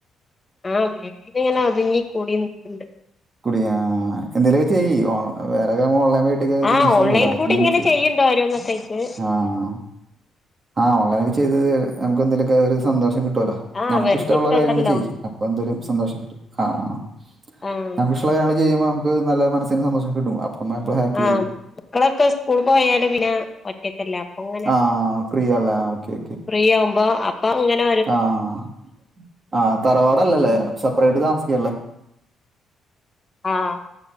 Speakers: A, on the left; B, on the right.
A: ആഹ് വീട്ടില്ങ്ങനെ ഒതുങ്ങി കൂടി നിക്ക
B: കൂടി ആഹ് എന്തേലൊക്കെ ചെയ്യ് ഓൺ വേറെക്കെ ഓൺലൈൻ <unintelligible>
A: ആഹ് ഓൺലൈൻ കൂടി
B: എന്തേലും
A: ഇങ്ങനെ
B: ചെയ്.
A: ചെയ്യണ്ട് ഓരോന്നൊക്കെ ആയിട്ട്
B: ആഹ് ആഹ് ആ ഓൺലൈനായി ചെയ്ത് നമുക്കെന്തേലൊക്കെ ഒരു സന്തോഷം കിട്ടുംലോ.
A: ആഹ്
B: നമ്ക്ക്
A: വെറുതെ
B: ഇഷ്ടള്ള
A: ഇരിക്കണ്ടല്ലോ
B: കാര്യങ്ങങ്ങള് ചെയ്യ് അപ്പൊ എന്തായാലും സന്തോഷം കിട്ടും. ആഹ്
A: ആഹ്
B: നമുക്ക് ഇഷ്ടള്ള കാര്യങ്ങൾ ചെയ്യുമ്പോ നമുക്ക് നല്ല മനസ്സിന് സന്തോഷം കിട്ടും. അപ്പം എപ്പോഴും ഹാപ്പി
A: ആഹ്
B: ആയിരിക്കും
A: മക്കളൊക്കെ സ്കൂൾ പോയാല് പിന്നെ ഒറ്റക്കല്ലെ അപ്പൊ ങ്ങനെ
B: ആ ഫ്രീ അല്ലേ ആ ഓക്കെ
A: ഫ്രീ ആവുമ്പോ അപ്പൊ ങ്ങനെ
B: ആഹ് ആ തറവാടല്ലല്ലേ സെപ്പറേറ്റ് താമസിക്കല്ലേ?
A: ആഹ്